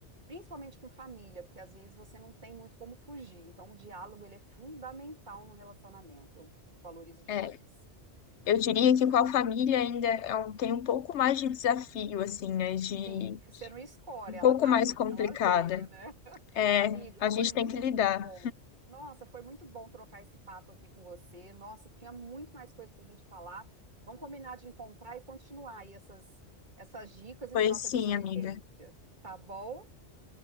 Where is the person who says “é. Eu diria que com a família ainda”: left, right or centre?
Left